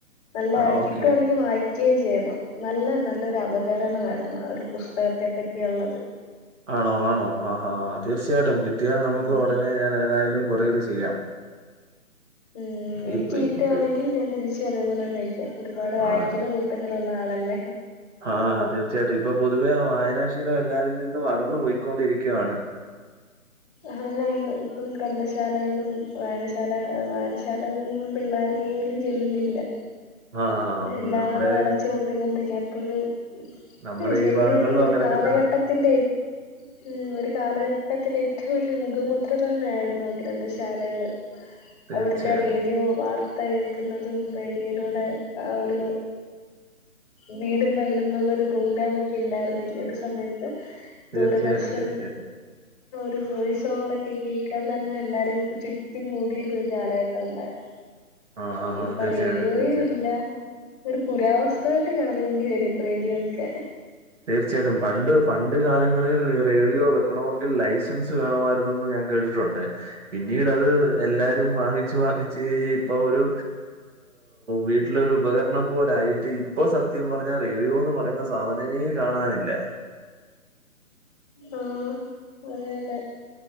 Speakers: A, on the left (about 25°); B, on the right (about 55°).
A: നല്ല
B: ആഹ്
A: കിട്ടുവാണെങ്കിൽ
B: ഓക്കെ
A: വായി ക്കേം ചെയ്യണം നല്ല നല്ലൊരു അവതരണായിരുന്നു ആ ഒരു പുസ്തകത്തെ പറ്റിയുള്ളത്
B: ആണോ ആണോ ആഹാ തീർച്ചയായിട്ടും കിട്ടിയാൽ നമുക്ക്
A: ഉം
B: ഉടനെ ഞാൻ ഏതായാലും കൊറിയർ ചെയ്യാം
A: ഉം എനിക്ക്
B: ഇപ്
A: കിട്ടാണെങ്കിൽ
B: ഇപ് ഇ
A: ഞൻ തിരിച്ചും അതേപോലെന്നെ അയക്കാം ഒരുപാട് വായിക്കുന്ന
B: ആ
A: കൂ ട്ടത്തിലുള്ള ആളല്ലേ
B: ആഹ് തീർച്ചയായിട്ടും ഇപ്പൊ പൊതുവേ വായനാശീലം എല്ലാരിൽ നിന്നും അകന്നു പോയിക്കൊണ്ടിരിക്കാണ്
A: ആ <unintelligible> ഇപ്പം ഗ്രന്ഥശാലകളും വായനശാല ഏ വായനശാലകും പിള്ളേ രുപോലും ചെല്ലുന്നില്ല
B: ആ ഉം,
A: എല്ലാടും
B: നമ്മുടെ
A: അടച്ച് പൂട്ടിക്കൊണ്ടിരിക്കാ എപ്പഴും
B: നമ്മുടെ
A: ഇതേയ് ശരിക്കും
B: ഈ ഭാഗങ്ങളിലും
A: ഒരു ഒരു
B: അങ്ങനെയൊക്കെ
A: കാലഘട്ട
B: തന്നാ.
A: ത്തിന്റേം ഉം ഒരു കാലഘട്ടത്തിെലേം ഏറ്റവും വലിയ മുഖമുദ്ര തന്നെയായിരുന്നു ഗ്രന്ഥശാലകള്
B: തീർച്ചയായിട്ടും.
A: അവിടുത്തെ റേഡിയോ വാർ ത്ത കേക്ക്ന്നതും റേഡിയോയിലൂടെ ആ ഒരു വീടും വയലും ന്നുള്ളൊരു പ്രോഗ്രാമക്കെ ഇണ്ടായിരുന്നില്ലേ ഒരു സമയത്ത്
B: തീർച്ചയായിട്ടും,
A: ദൂരദർശൻ
B: തീർച്ചയായിട്ടും.
A: ല് <unintelligible> സോറൊക്കെ കേക്കാൻ തന്നെ എല്ലാരും ചുറ്റും കൂടിരുന്ന ഒരു കാലഘട്ടം ഉണ്ടായിരുന്നു
B: ആ, ആ,
A: ഇപ്പൊ
B: ആ. തീർച്ചയായിട്ടും,
A: റേഡിയോയും
B: തീർച്ചയായിട്ടും.
A: ഇല്ല പ്പൊരു പുരാവസ്തു ആയിട്ട് കാണേണ്ടി വരും റേഡിയോ ഒക്കേ
B: തീർച്ചായിട്ടും പണ്ട് പണ്ട് കാലങ്ങളിൽ റേഡിയോ വെക്കണമെങ്കിൽ ലൈസൻസ് വേണമായിരുന്നെന്ന് ഞാൻ കേട്ടിട്ടുണ്ട് പിന്നീട് അത് എല്ലാരും വാങ്ങിച്ചു വാങ്ങി ച്ച് ഇപ്പ ഒരു വീട്ടിലൊരു ഉപകരണം പോലായിട്ട് ഇപ്പൊ സത്യം പ റഞ്ഞ റേഡിയോന്ന് പറയുന്ന സാധനമേ കാണാനില്ല
A: ആഹ് അതെ അതെ